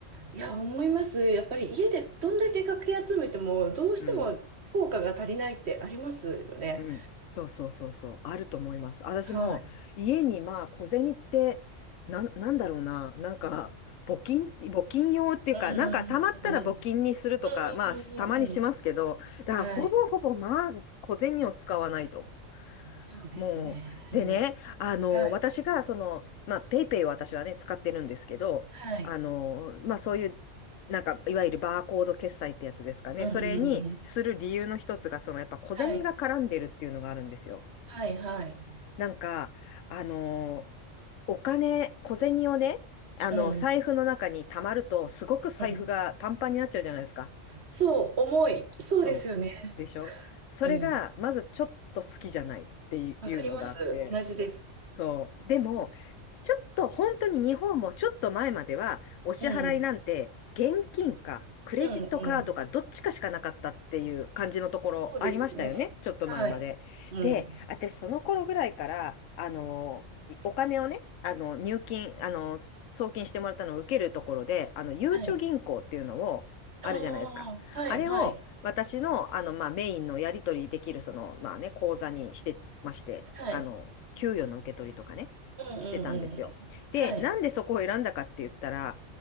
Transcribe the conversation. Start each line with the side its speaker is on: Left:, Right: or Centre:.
Right: いや、思います。やっぱり家でどんだけかき集めても、どうしても効果が足りないってありますよね。
Left: うん。うん、そうそうそうそう、あると思います。私も家にまあ小銭ってなん、
Right: はい。う
Left: なんだろうな、なんか募金、募金用っていうか、
Right: ん。うん
Left: なんかたまったら募金にするとか、
Right: うん
Left: まあたまにしますけど、
Right: うんうんうん。
Left: だからほぼほぼまあ小銭を使わないと。
Right: はい。そうですね。
Left: もう、でね、あの、
Right: はい。
Left: 私が、その、まあ、ペイペイを私はね、使ってるんですけど、
Right: はい。
Left: あの、まあ、そういう、なんか、いわゆるバーコード決済ってやつですかね。
Right: うんうんうん。
Left: それにする理由の一つが、その、やっぱ小銭が絡んでるっていうのがあるんですよ。
Right: はい。はいはい。
Left: なんか、あの、お金、小銭をね、あの、
Right: うん。
Left: 財布の中に溜まると、すごく財布がパンパンになっちゃうじゃないですか。
Right: うん。そう、重い。そうですよね。
Left: そう。でしょそれが、
Right: うん。
Left: まずちょっと好きじゃないっていうのがあって、
Right: わかります。同じです。
Left: そう。でも、
Right: うん。
Left: ちょっと本当に日本もちょっと前までは、お支払いなんて現金かクレジットカードかどっちかしかなかったっていう感じのところありましたよね、
Right: うんうん。そうですよね。
Left: ちょっと前まで。
Right: はい。うん。
Left: で、私その頃ぐらいから、あの、お金をね、あの、入金、あの、送金してもらったのを受けるところで、あの、ゆうちょ銀行っていうのを、
Right: はい。
Left: あるじゃないですか。
Right: ああ、はい、
Left: あれを私の、
Right: はい、
Left: あの、まあ、メインのやり取りできる、その、まあね、口座にしてまして、
Right: はい。
Left: あの、給与の受け取りとかね、
Right: うんうんうんうん。
Left: してたんですよ。で、
Right: はい、
Left: なんでそこを選んだかって言ったら、